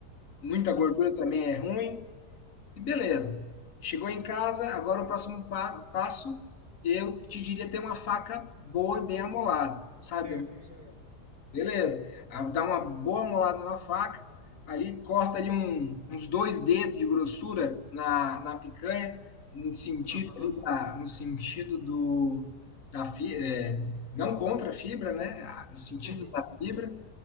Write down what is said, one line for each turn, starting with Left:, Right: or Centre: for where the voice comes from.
Left: muita
Right: Uhum,
Left: gordura também é ruim. E beleza. Chegou em casa, agora o próximo pa- passo, eu te diria ter uma faca boa e bem amolada, sabe?
Right: certo, certo.
Left: Beleza. Ah, Dá uma boa molada na faca, ali corta ali um- uns dois dedos de grossura na, na picanha, no sentido
Right: Aham,
Left: ali da, no sentido do da fi- é, não contra a fibra, né? Ah, No sentido
Right: uhum,
Left: da fibra.